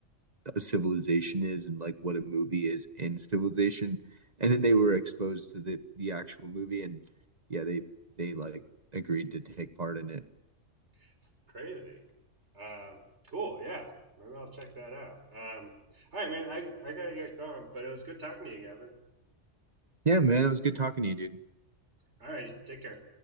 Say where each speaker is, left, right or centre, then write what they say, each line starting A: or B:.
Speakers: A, on the right; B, on the right.
A: a civilization is and like what a movie is in civilization and then they were exposed to the the actual movie and yeah they they like agreed to take part in it
B: <laughs> Crazy. Um, cool. Yeah. Maybe I'll check that out. Um, all right, man. I I gotta get going, but it was good talking to you, Gavin.
A: yeah man it was good talking to you dude
B: All right. Take care.